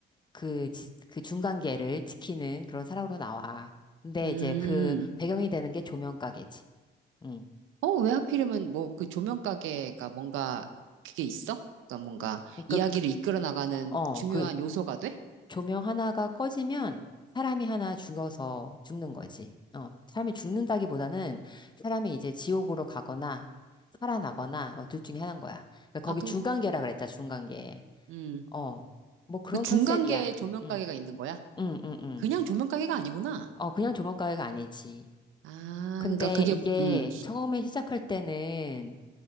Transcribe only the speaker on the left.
그, 지- 그 중간계를 지키는 그런 사람으로 나와. 근데
이제 그 배경이 되는 게 조명 가게지. 응.
그러니까,
그-
어,
그
조명 하나가 꺼지면 사람이 하나 죽어서 죽는 거지. 어, 사람이 죽는다기보다는 사람이 이제 지옥으로 가거나 살아나거나 뭐 둘 중에 하나인 거야. 그러니까 거기
중간계라 그랬다, 중간계.
어, 뭐 그런
컨셉이야.
응,
응, 응, 응.
어, 그냥 조명가게가 아니지.
근데
이게
처음에 시작할 때는